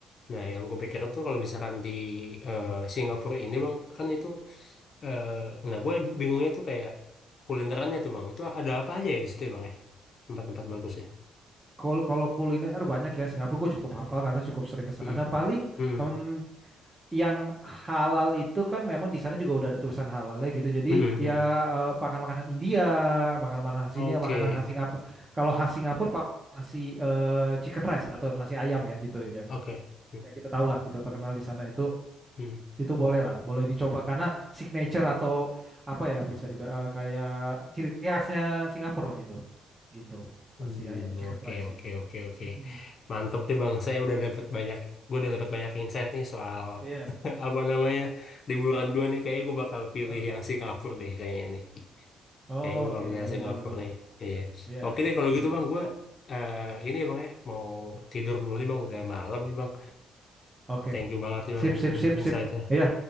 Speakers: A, on the left; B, on the right.
A: nah yang gue pikirin tuh kalau misalkan di eh, Singapura ini bang kan itu eh, nah gue bingungnya tuh kayak kulinerannya tuh bang itu ada apa aja ya di situ ya bang ya tempat-tempat bagus
B: Kul- Kalau kuliner banyak ya Singapura gue cukup hafal karena cukup sering ke sana.
A: ya
B: Paling
A: Hmm,
B: mmm, yang halal itu kan memang di sana juga udah ada tulisan halalnya gitu. Jadi
A: hmm, hmm.
B: ya
A: hmm.
B: eh, makan makanan India, makan makanan mana
A: Oke,
B: sini, makanan khas Singapura. Kalau khas Singapura pa- nasi eh, chicken rice atau nasi ayam ya gitu yang
A: oke. Hmm,
B: yang kita tahu lah gitu terkenal di sana itu
A: hmm.
B: itu boleh lah, boleh dicoba karena signature atau apa ya bisa di kayak ciri khasnya Singapura lah itu. Gitu.
A: Hmm,
B: Nasi ayam chicken
A: Oke,
B: rice
A: oke,
B: gitu.
A: oke, oke.
B: Mm-mm.
A: Mantep deh Bang. Saya udah dapat banyak, gue udah dapat banyak insight nih soal
B: Iya.
A: <laughs> apa namanya liburan dua nih. Kayaknya gue bakal pilih
B: Heeh.
A: yang Singapura deh, kayaknya nih.
B: Oh,
A: Kayaknya gue bakal
B: Oke,
A: pilih
B: boleh
A: yang Singapura
B: boleh boleh.
A: nih. Iya.
B: Iya,
A: Oke deh, kalau
B: boleh.
A: gitu Bang, gue eh ini ya, Bang ya mau tidur dulu nih Bang. Udah malam nih Bang.
B: Oke.
A: Thank you banget nih
B: Sip,
A: Bang ininya,
B: sip, sip,
A: insightnya.
B: sip. Iya,